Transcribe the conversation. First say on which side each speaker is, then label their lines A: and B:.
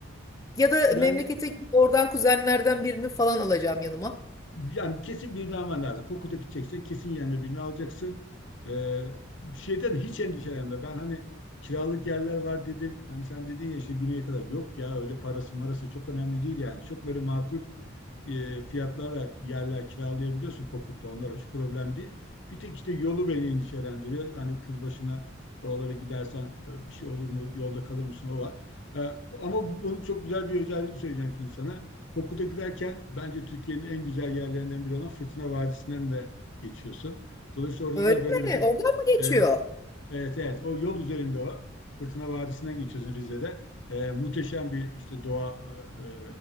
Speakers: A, on the left (about 15°); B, on the left (about 65°).
A: ya da
B: Yani
A: memlekete gidip oradan kuzenlerden birini falan alacağım yanıma.
B: Yani kesin birini alman lazım. Pokut'a gideceksen kesin yanına birini alacaksın. Ee, şeyden hiç endişelenme. Ben hani kiralık yerler var dedim. Hani sen dedin ya işte güneye kadar. Yok ya öyle parası marası çok önemli değil yani. Çok böyle makul e, fiyatlarla yerler kiralayabiliyorsun Pokut'ta. Onlar hiç problem değil. Bir tek işte yolu beni endişelendiriyor. Hani kız başına oralara gidersen e, bir şey olur mu? Yolda kalır mısın? O var. E, ama bunun çok güzel bir özelliğini söyleyeceğim şimdi sana. Pokut'a giderken bence Türkiye'nin en güzel yerlerinden biri olan Fırtına Vadisi'nden de geçiyorsun. Dolayısıyla orada
A: Öyle
B: da böyle mesela
A: mi? Oradan mı geçiyor?
B: evet, Evet evet o yol üzerinde o. Fırtına Vadisi'nden geçiyorsun Rize'de. Ee, muhteşem bir işte doğa e, e,